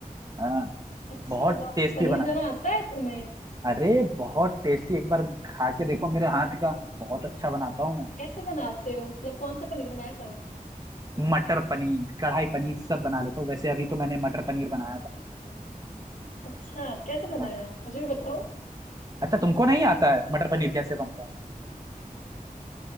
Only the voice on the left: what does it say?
अच्छा
वाह
पनीर
बनाना
आता है तुम्हें
कैसे बनाते हो मतलब कौन सा पनीर बनाया था
अच्छा कैसे बनाया
मुझे भी बताओ